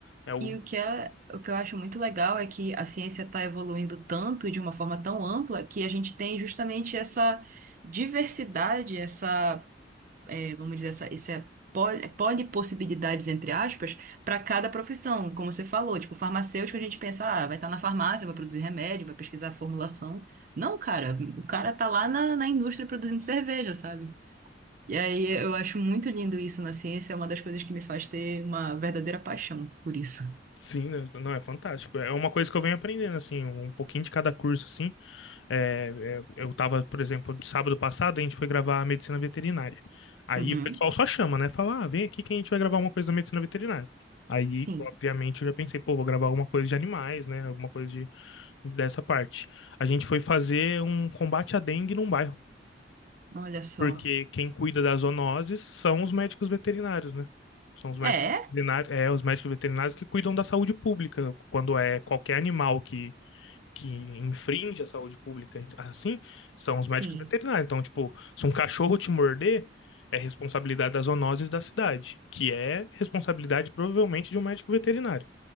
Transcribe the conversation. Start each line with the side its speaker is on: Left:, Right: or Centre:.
Left: É o.
Right: E o que é, o que eu acho muito legal é que a ciência está evoluindo tanto e de uma forma tão ampla que a gente tem justamente essa diversidade, essa, eh, vamos dizer, essa, essa poli- polipossibilidades, entre aspas, para cada profissão, como você falou. Tipo, farmacêutico, a gente pensa, ah, vai estar na farmácia, vai produzir remédio, vai pesquisar formulação. Não, cara, o cara tá lá na, na indústria produzindo cerveja, sabe? E aí eu acho muito lindo isso na ciência, é uma das coisas que me faz ter uma verdadeira paixão por isso.
Left: Sim, né? Não, é fantástico. É uma coisa que eu venho aprendendo, assim, um pouquinho de cada curso, assim. É, é, eu tava, por exemplo, sábado passado, a gente foi gravar a medicina veterinária. Aí
Right: Uhum.
Left: o pessoal só chama, né? Fala, ah, vem aqui que a gente vai gravar uma coisa da medicina veterinária. Aí,
Right: Sim,
Left: obviamente, eu já pensei, pô, vou gravar alguma coisa de animais, né? Alguma coisa de, dessa parte. A gente foi fazer um combate à dengue num bairro.
Right: olha só.
Left: porque quem cuida das zoonoses são os médicos veterinários, né? São os médicos
Right: É?
Left: veterinários, é, os médicos veterinários que cuidam da saúde pública. Quando é qualquer animal que, que infringe a saúde pública, assim, são os
Right: Sim.
Left: médicos veterinários. Então, tipo, se um cachorro te morder, é responsabilidade das zoonoses da cidade, que é responsabilidade provavelmente de um médico veterinário.